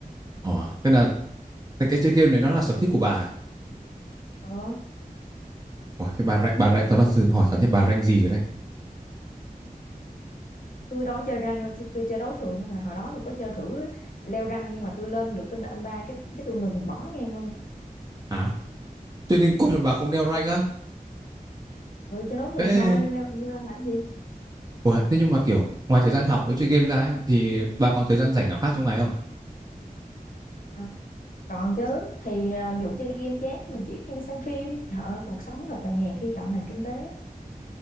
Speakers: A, on the right (about 25°); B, on the left (about 65°).
A: Ồ, thế là cái chơi game này nó là sở thích của bà à?
B: Ờ.
A: Ủa, thế bà rank, bà rank, tao thật sự hỏi thật nhé, bà rank gì rồi đây
B: tôi đâu có chơi răng đâu chứ tôi chơi đấu thường không mà hồi đó tôi có chơi thử leo răng nhưng mà tôi lên được tinh anh ba cái cái tôi ngừng bỏ ngang luôn
A: À, chơi đến cốt mà bà không đeo rank á.
B: ừ chơi đấu thường
A: Thế,
B: thôi leo leo răng làm cái gì
A: ủa, thế nhưng mà kiểu, ngoài thời gian học với chơi game ra ấy, thì bà còn thời gian rảnh nào khác trong ngày không?
B: à, còn chứ thì à, vụ chơi game chán mình chỉ có xem phim trời ơi cuộc sống thật là nhàn khi chọn ngành kinh tế